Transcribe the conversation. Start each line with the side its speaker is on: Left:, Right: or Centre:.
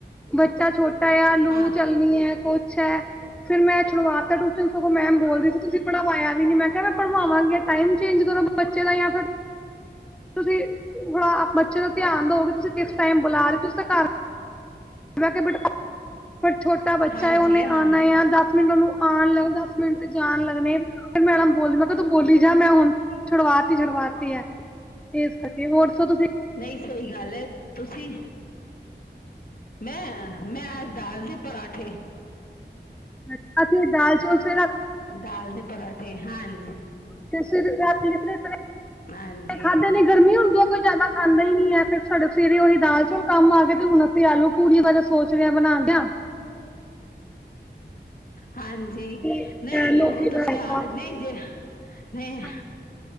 Centre: ਬੱਚਾ ਛੋਟਾ ਆ ਲੂ
Left: ਹਾਂ
Centre: ਚੱਲਣੀ ਹੈ ਕੁਛ ਹੈ ਫੇਰ ਮੈਂ ਚਲਵਾਤਾ ਟੁ ਸਗੋਂ ਮੈਮ ਬੋਲਦੀ ਸੀ ਤੁਸੀਂ ਪੜਾਵਾਇਆ ਨੀ ਮੈਂ ਕਿਹਾ ਪੜਵਾਵਾਂਗੇ ਟਾਈਮ ਚੇਂਜ ਕਰੋ ਬ ਚਲੋ ਜਾਂ ਫਿਰ ਤੁਸੀਂ ਬੱਚੇ ਦਾ ਧਿਆਨ ਦੋਗੇ ਤੁਸੀਂ ਕਿਸ ਟਾਈਮ ਬੁਲਾ ਰਹੇ ਹੋ ਤੁਸੀਂ ਤਾਂ ਘਰ ਮੈਂ ਕਿਹਾ ਬੇਟੇ ਪਰ ਛੋਟਾ ਬੱਚਾ
Left: ਹਾਂਜੀ
Centre: ਹੈ ਉਹਨੇ
Left: ਹਾਂ
Centre: ਆਉਣਾ ਆ ਦਸ ਮੈਂਨਨੂੰ ਆਉਣ ਲੱਗਦਾ ਮਿੰਟ ਤੇ ਜਾਣ ਲੱਗਣੇ ਮੈਡਮ ਬੋਲ ਮ ਤ ਬੋਲੀ ਜਾ ਮੈਂ ਹੁਣ ਛੁਡਵਾਤੀ ਛੁਡਵਾਤੀ ਆ ਇਸ ਕਰਕੇ ਹੋਰ ਦੱਸੋ ਤੁਸੀਂ
Left: ਨਹੀਂ ਸਹੀ ਗੱਲ ਹੈ ਤੁਸੀਂ ਮੈਂ ਅੱਜ ਦਾਲ ਦੇ ਪਰਾਂਠੇ
Centre: ਅੱਛਾ ਤੇ ਦਾਲ ਚੌਲ ਫ
Left: ਦਾਲ ਦੇ ਪਰਾਂਠੇ ਹਾਂਜੀ
Centre: ਤੇ ਫਿਰ ਕਿਸੇ ਤ੍ਹਾਂ
Left: ਹਾਂਜੀ
Centre: ਖਾਧੇ ਦੀ ਗਰਮੀ ਹੁੰਦੀ ਹੈ ਕੋਈ ਜ਼ਿਆਦਾ ਖਾਂਦਾ ਹੀ ਨੀ ਹੈ ਤੇ ਸਾਡੇ ਸਵੇਰੇ ਉਹੀ ਦਾਲ ਚੌਲ ਕੰਮ ਆਏ ਤੇ ਹੁਣ ਅਸੀਂ ਆਲੂ ਪੂੜੀਆਂ ਬਾਰੇ ਵੋਂ ਸੋਚ ਰਿਹਾ ਬਣਾਉਣ ਜਾ
Left: ਹਾਂਜੀ
Centre: ਅਹ,
Left: ਨਹੀਂ
Centre: ਲੌਕੀ
Left: ਉਹ
Centre: ਦਾ
Left: ਤੁਸੀਂ
Centre: ਰਾਇਤਾ
Left: ਆ ਨਹੀਂ ਜੇ ਹ ਜ <inaudible> ਨਹੀਂ
Centre: ਹਾਂਜੀ